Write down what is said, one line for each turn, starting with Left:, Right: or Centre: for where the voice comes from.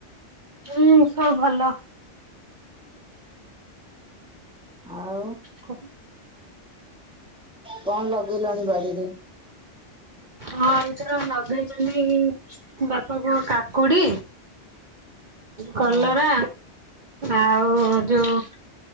Right: ହୁଁ ସବୁ ଭଲ
Centre: ଆଉ
Right: କହ।
Centre: କଣ ଲଗେଇଲଣି ବାଡିରେ?
Right: ହଁ ଏଥର ଲଗେଇଛନ୍ତି ବାପା ବୋଉ କାକୁଡି କଲରା
Centre: ହଁ
Right: ଆଉ ଯୋଉ